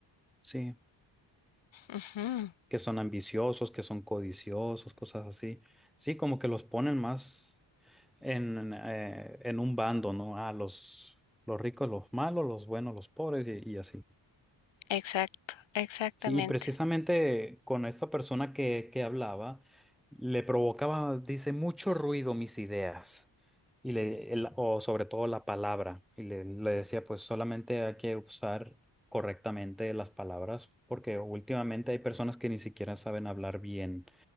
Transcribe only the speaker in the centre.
Sí,
que son ambiciosos, que son codiciosos, cosas así. Sí, como que los ponen más en, eh, en un bando, ¿no? Ah, los, los ricos, los malos, los buenos, los pobres y, y así.
Sí, y precisamente con esta persona que, que hablaba, le provocaba, dice, mucho ruido mis ideas, y le, el- o sobre todo la palabra, y le, le decía, pues solamente hay que usar correctamente las palabras, porque últimamente hay personas que ni siquiera saben hablar bien